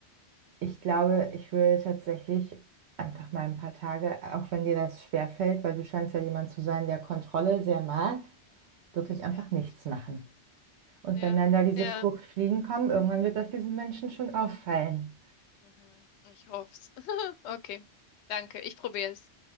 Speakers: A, on the right; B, on the left.
A: Ich glaube, ich würde tatsächlich einfach mal ein paar Tage, auch wenn dir das schwerfällt, weil du scheinst ja jemand zu sein, der Kontrolle sehr mag, wirklich
B: Hm,
A: einfach
B: Ja,
A: nichts machen. Und
B: ja,
A: wenn dann da diese
B: ja.
A: Fruchtfliegen kommen, irgendwann wird das diesen Menschen schon auffallen.
B: Mhm. Ich hoff's. <laughs> Okay, danke. Ich probiere es.